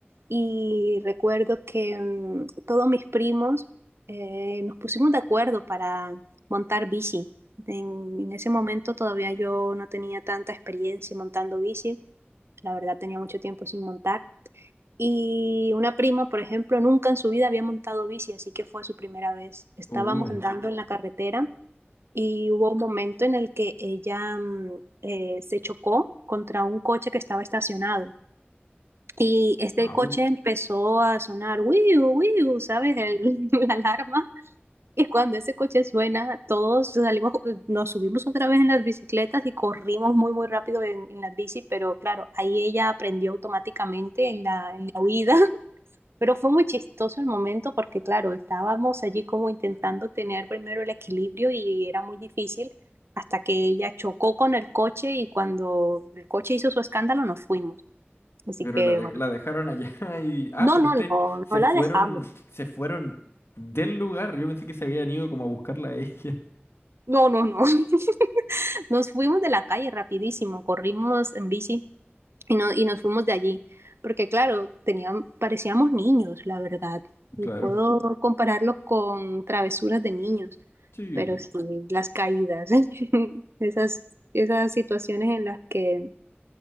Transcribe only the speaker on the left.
Uh,
au.
Pero
la, de-
la dejaron allá <laughs> y... Ah,
pero
usted
se
fueron,
se fueron del lugar. Yo pensé que se habían ido como a buscarla a ella.
Claro.
Sí.